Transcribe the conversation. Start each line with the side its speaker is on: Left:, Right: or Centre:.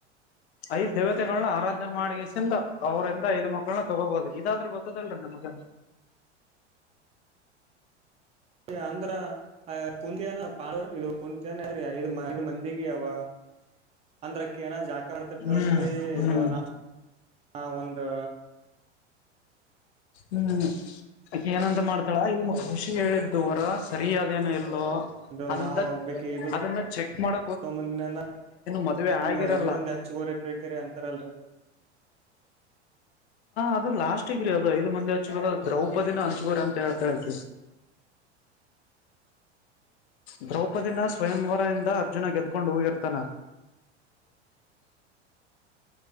Left: ಐದ್ ದೇವತೆಗಳ್ನ ಆರಾಧ ಮಾಡಗಸಿಂದ ಅವ್ರಂದ ಐ್ ಮಕ್ಕಳನ್ನ ತಗೋಬೋದು ಇದಾದ್ರೂ ಗೊತ್ತದಲ್ರಿ ನಮಗ
Right: ಅಂದ್ರ ಆ ಕುಂದಿಯಾನ ಪ ಇ ಕು ಿ ಇದಗ ಯಾವ ಅಂದ್ರಕ್ಕ ಏನ ಜಾಕ ಆಡ್ತಿರ್ತಳತ್ರಿ
Left: ಹ್ಮ್ ಹ್ಮ್
Right: ಇದು ನಾ, ಹಾ ಒಂದು,
Left: ಹ್ಮ್ ಏನಂತ ಮಾಡ್ತಾಳ ಈಗ ಋಷಿ ಹೇಳಿದ್ದು ವರ ಸರಿ ಅಾದೇನ ಇ
Right: ಇದು
Left: ಅ
Right: ನಾವ್ ಒಬ್ಬಕಿ ಇದು
Left: ಚಕ್ ಮಾಡ
Right: ತಗೊಂಬಂದಿನ
Left: ಮದ ಆಗಿರಲ್ಲ,
Right: ನೀವ್ ಐದು ಮಂದಿ ಹಂಚ್ಕೋರಿ ತಿಳ್ಕರಿ ಅಂತಾರಲ್ರಿ
Left: ಅದು ಲಾಸ್ ಗ್ರ ಅದು ಐದು ಮಂದಿ ಹಚ್ುವಲ್ಲ ದ್ರೌಪದಿನ ಹಂಚುವೋರ ಅಂತ ಹೇಳ್ತಾಳಕ ದ್ರೌಪದಿನ ಸ್ವಯಂವರದಿಂದ ಅರ್ಜುನ ಗೆದ್ಕೊಂಡು ಹೋಗಿರ್ತಾನ